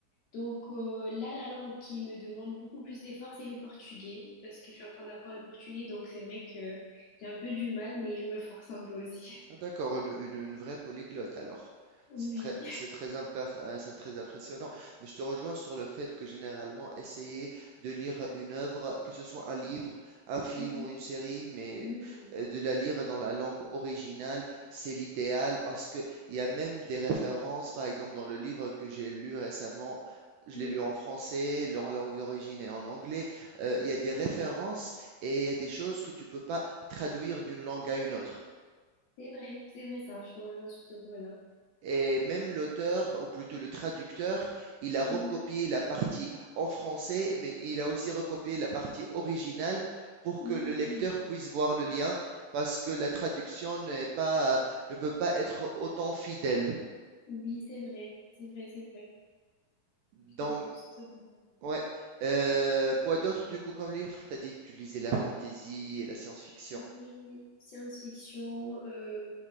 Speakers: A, on the left; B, on the right.
A: Donc euh, là, la langue qui me demande beaucoup plus d'efforts, c'est le portugais, parce que je suis en train d'apprendre le portugais, donc c'est vrai que j'ai un peu du mal, mais je me force un peu aussi. <laughs>
B: Ah, D'accord, une, une- une vraie polyglotte alors.
A: Oui.
B: C'est très, c'est très, impar- euh, c'est très impressionnant. Mais je te rejoins sur le fait que généralement, essayer de lire une œuvre, que ce soit un livre, un film
A: Mhm.
B: ou une série, mais
A: Mhm.
B: euh, de la lire dans la langue originale, c'est l'idéal parce que il y a même des références, par exemple dans le livre que j'ai lu récemment. Je
A: Mhm.
B: l'ai lu en français, en langue d'origine et en anglais. euh, Il y a des références et il y a des choses que tu peux pas traduire d'une langue à une autre.
A: C'est vrai, c'est vrai ça, je te rejoins sur ce point-là.
B: Et même l'auteur, ou plutôt le traducteur, il a recopié
A: Mhm.
B: la partie en français, mais il a aussi recopié la partie originale pour
A: Mhm.
B: que le lecteur puisse voir le lien, parce que la traduction n'est pas, ne peut pas être autant fidèle.
A: Oui, c'est vrai, c'est vrai, c'est vrai.
B: Donc,
A: Je te rejoins sur ce point-là.
B: ouais. Euh, quoi d'autre du coup comme livre? T'as dit que tu lisais la fantasy et la science-fiction.
A: Oui, science-fiction, euh,